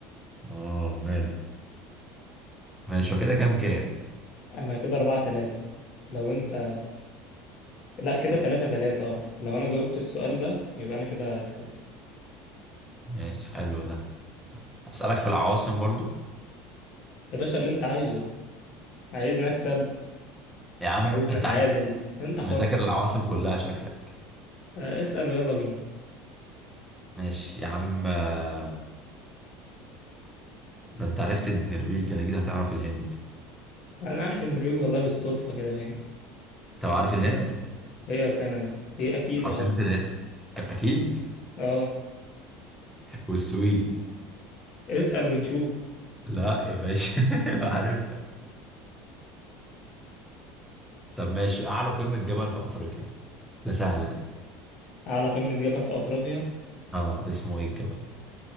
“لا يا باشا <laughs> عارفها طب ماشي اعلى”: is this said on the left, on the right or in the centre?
Centre